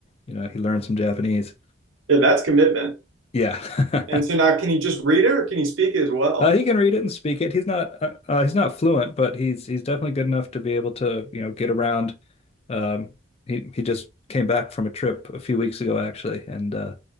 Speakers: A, on the left (about 30°); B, on the right (about 75°).
A: you know, he learned some Japanese.
B: Yeah, that's commitment.
A: Yeah.
B: And so now,
A: <laughs>
B: can he just read it or can he speak it as well?
A: Uh, he can read it and speak it. He's not uh, uh, he's not fluent, but he's he's definitely good enough to be able to, you know, get around. Um, he he just came back from a trip a few weeks ago actually, and uh,